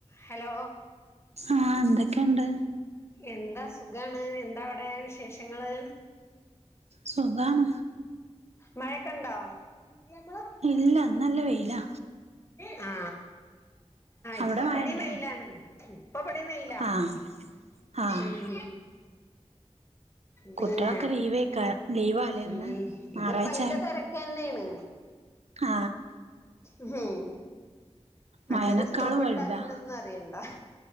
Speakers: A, on the left; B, on the right.
A: Hello
B: അ്ഹ എന്തൊക്കെയുണ്ട്
A: എന്താ സുഖാണ് എന്താ അവിടെ വിശേഷങ്ങള്
B: സുഖാണ്
A: മഴയക്കെണ്ടോ അ്ഹ
B: ഇല്ല ഇന്ന് നല്ല വെയിലാ
A: അ്ഹ
B: അവിടെ
A: ഇപ്പൊ
B: മഴണ്ടോ
A: ഇവിടെയും വെയിലാണ് ഇപ്പൊ ഇവിടെയും വെയിലാ
B: ആഹ് ആഹ്
A: ഉം പിന്നെ
B: കുട്ടികളൊക്കെ ലീവേക്കാ ലീവാല്ലേ ഇന്ന്
A: ഉം ഇന്നപ്പം
B: ഞായറാഴ്ച
A: അയിന്റെ തിരക്ക് തന്നെയാണ്
B: ആ
A: ഉം മറ്റേത്
B: മഴനെക്കാളും
A: സ്കൂൾ വിട്ടാ
B: വലുതാ
A: പിന്നൊന്നും അറിയേണ്ട